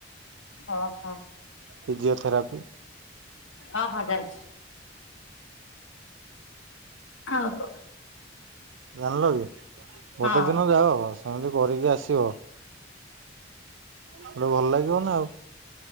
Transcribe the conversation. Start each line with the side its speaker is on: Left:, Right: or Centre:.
Left: ଅଁ ହଁ।
Right: ପିଜିଓଥେରାପି।
Left: ହଁ ହଁ ଜାଣିଛି ଆଉ କଣ।
Right: ଜାଣିଲ କି ଗୋଟେ
Left: ହଁ
Right: ଦିନ ଯାଅ ସ୍ ସେମିତି କରିକି ଆସିବ, ହେଟୁ ଭଲ ଲାଗିବ ନା ଆଉ।